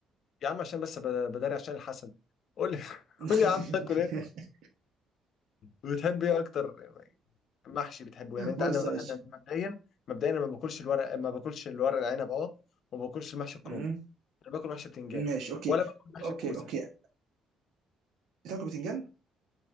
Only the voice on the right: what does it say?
<laughs>
بص
يا باشا
مم.
ماشي اوكي
اوكي
اوكي بتاكل بتنجان